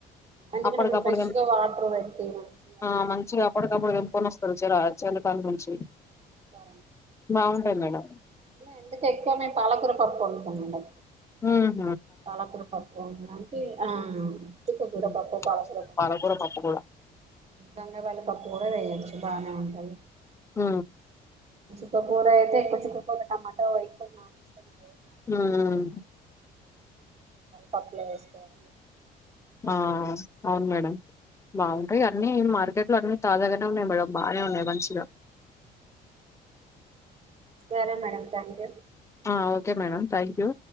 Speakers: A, on the right (about 40°); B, on the left (about 15°).
A: ఎందుకంటే
B: అప్పటికప్పుడు
A: ఇప్పుడు ఫ్రెష్గా వాటర్ పెట్టి మంచిగా
B: ఆ మంచిగా అప్పటికప్పుడు
A: మందులు
B: తెంపుకొని వస్తారు చర చెలకాల నుంచి.
A: అ
B: బాగుంటాయి మేడం
A: ఎందుకు ఎక్కువ పాలకూర పప్పు వం. వండి.
B: హ్మ్.
A: పాలకూర పప్పు అలాంటి ఆ చుక్కకూర
B: హ్మ్.
A: పప్పు పాలకూర పప్పు
B: పాలకూర కూడా
A: గంగవాలి పప్పు కూడా వేయొచ్చు బాగానే ఉంటుంది. ఆ.
B: హు
A: చుక్కకూర అయితే చుక్క కూర టమాటో అయితే నాకు ఇష్టం.
B: అహ
A: ఉంటుంది పప్పులు వేసుకోవాలి. <inaudible>
B: ఆహా అవును మేడంమ్ బాగుంటాయి అన్నీ మార్కెట్. అన్ని తాజా గానే ఉన్నాయి మేడంమ్. బానే ఉన్నాయి మంచిగా
A: సరే మేడం థ్యాంక్ యూ
B: ఆ ఓకే మేడం థ్యాంక్యూ